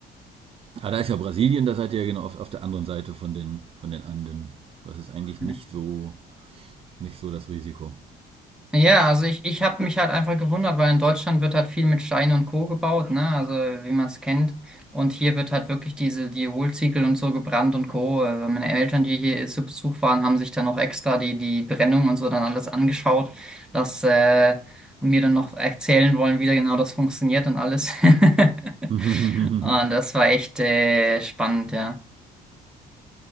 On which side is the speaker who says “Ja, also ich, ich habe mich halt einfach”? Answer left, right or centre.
Centre